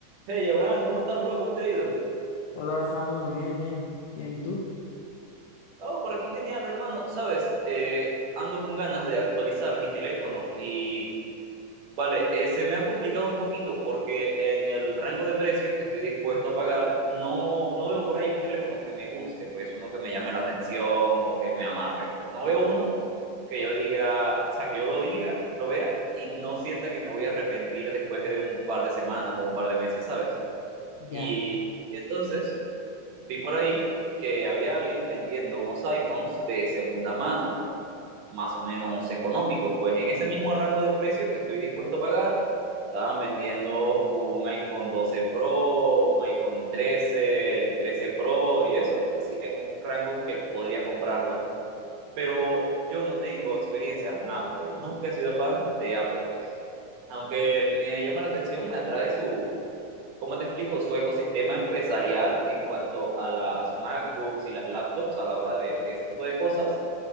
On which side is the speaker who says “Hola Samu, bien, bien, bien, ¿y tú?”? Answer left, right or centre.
Left